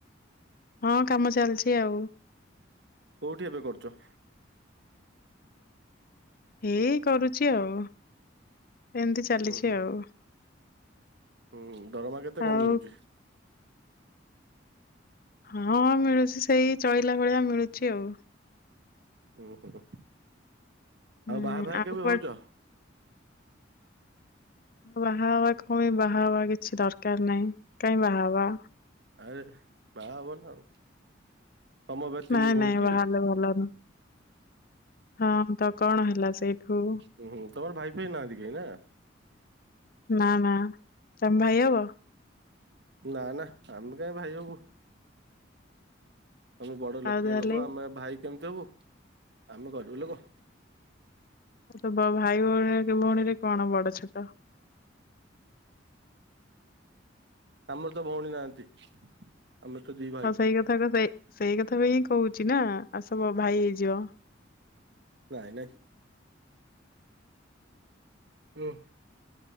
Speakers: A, on the left; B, on the right.
A: ହଁ କାମ ଚାଲିଛି ଆଉ।
B: କୋଉଠି ଏବେ କରୁଛ?
A: ହେଇ କରୁଛି ଆଉ ଏମିତି ଚାଲିଛି
B: ହୁଁ ହୁଁ
A: ଆଉ।
B: ହୁଁ ଦରମା କେତେ
A: ଆଉ
B: କଣ ମିଳୁଛି?
A: ହଁ ମିଳୁଛି ସେଇ ଚଳିଲା ଭଳିଆ ମିଳୁଛି ଆଉ।
B: ଓ ହୋ
A: ହୁଁ
B: ଆଉ ବାହା ଫା କେବେ
A: କୁଆଡେ
B: ହଉଛ?
A: ବାହାବା କପାଇ ବାହା ହେବା କିଛି ଦରକାର ନାହିଁ କାହିଁ ବାହା ହେବା।
B: ଆରେ ବାହାହବ ନା ଆଉ। ତମ ଏବେ ତିନି
A: ନାଇଁ
B: ଭଉଣୀଟି?
A: ନାଇଁ ବାହା ହେଲେ ଭଲ ନୁହଁ। ହଁ ତ କଣ ହେଲା ସେଇଠୁ?
B: ହୁଁ ହୁଁ ତମର ଭାଇ ଫାଇ ନାହାନ୍ତି କେହି ନା?
A: ନା ନା ତମେ ଭାଇ ହବ?
B: ନା ନା ଆମେ କାହିଁ ଭାଇ ହବୁ। ତମେ ବଡ ଲୋକିଆ
A: ଆଉ ତାହେଲେ
B: ଲୋକ ଆମେ ଭାଇ କେମିତି ହବୁ ଆମେ କରିବୁ ଲୋକ।
A: ତ ଭାଇ ଭଉଣୀ ଭଉଣୀରେ କଣ ବଡ ଛୋଟ।
B: ଆମର ତ ଭୋଉଣୀ ନହାନ୍ତି। ଆମେ ତ ଦି
A: ହଁ ସେଇ କଥା ସେଇ ସେଇ କଥା ପାଇଁ ହିଁ କହୁଛି ନା ଆସ ମୋ ଭାଇ ହେଇଯିବ।
B: ନାଇଁ ନାଇଁ। ହୁଁ